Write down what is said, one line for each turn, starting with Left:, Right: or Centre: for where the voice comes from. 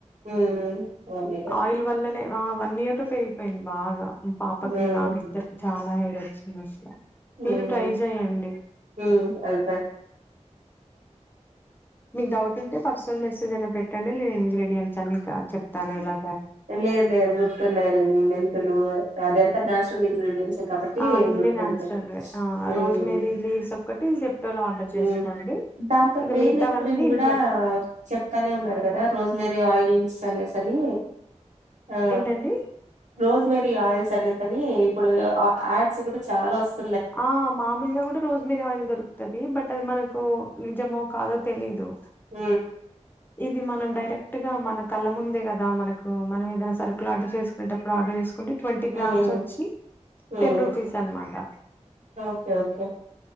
Right: హ్మ్. పోనీలెండి.
Left: ఆయిల్ వల్లనే ఆ వన్ ఇయర్ తో పెరిగిపోయింది బాగా పాపకి
Right: హ్మ్.
Left: నాకు ఇద్దరికి చాలా హెర్ వచ్చింది
Right: హ్మ్.
Left: మీరు ట్రై చెయండి
Right: హ్మ్. అది ట్రై
Left: మీకు డౌట్ ఉంటే పర్సనల్ మెసేజ్ అయినా పెట్టండి నేను ఇంగ్రీడియంట్స్ అన్ని క చెప్తాను ఇలా
Right: ఏ లేదు లేదు గుర్తు ఉన్నాయి ర మెంతులు <unintelligible> ఇంగ్రీడియెంట్సే కాబట్టి
Left: ఆ అన్ని
Right: గుర్తుంటాయి.
Left: నాచురల్ వే ఆ
Right: హ్మ్.
Left: రోజ్ మేరీ లీవ్స్ ఒక్కటి జెప్టో లా ఆర్డర్ చేసుకోండి
Right: ఉమ్ దాంతో
Left: ఇంకా
Right: ఫేర్నెస్
Left: మిగతావన్నీ
Right: క్రీమ్
Left: ఇంట్లో
Right: గుడా చెప్తానే ఉన్నారు కదా రోజ్ మరీ ఆయిల్స్ అనే సరి ఆ
Left: ఏంటండి
Right: రోస్ మెరీ ఆయిల్స్ కనే కాని ఇప్పుడు అ యాడ్స్ కూడా చాలా వస్తు
Left: ఆ మామూలుగా కూడా రోజ్ మీర ఆయిల్ దొరుకుతది బట్ అది మనకు నిజమో కాదో తెలీదు
Right: ఊ
Left: ఇది మనం డైరెక్ట్ గా మన కళ్ళ ముందే కదా మనకు మనం ఏదైనా సరుకులు ఆర్డర్ చేసుకునేటప్పుడు ఆర్డర్ చేసుకు ట్వంటీ
Right: ఉమ్
Left: గ్రామ్స్ వచ్చి
Right: ఉమ్
Left: టెన్ రూపీస్ అనమాట
Right: ఓకే ఓకే